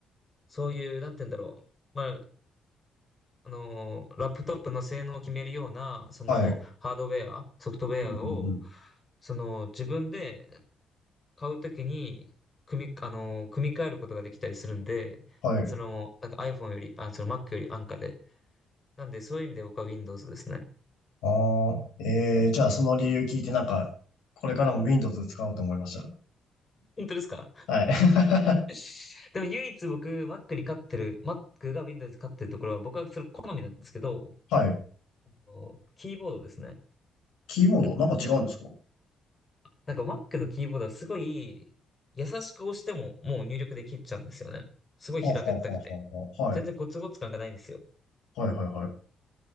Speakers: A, on the left (about 30°); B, on the left (about 85°).
A: そういう、なんて言うんだろう。まあ、あのーラップトップの性能を決めるような、その、
B: はい。
A: ハードウェア、ソフトウェアを、
B: うん、うん、うん。
A: その、自分で買うときに、組み、あのー組み替えることができたりするんで、
B: はい。
A: その、なんか iPhone より、あ、その Mac より安価で。なんで、そういう意味で僕は Windows ですね。
B: ああ、ええ、じゃあその理由聞いてなんか、これからも Windows 使おうと思いました。
A: <laughs> 本当ですか
B: はい。<laughs>
A: <laughs> でも唯一僕、Mac に勝ってる、Mac が Windows に勝ってるところは、僕はそれ好みなんですけど、
B: はい。
A: あのキーボードですね。
B: キーボード、なんか違うんですかは
A: なんか Mac のキーボードはすごい優しく押してももう入力できちゃうんですよね。すごい平べったくて。
B: あ、はあはあはあはあ、はい。
A: 全然ゴツゴツ感がないんですよ。
B: はいはいはい。は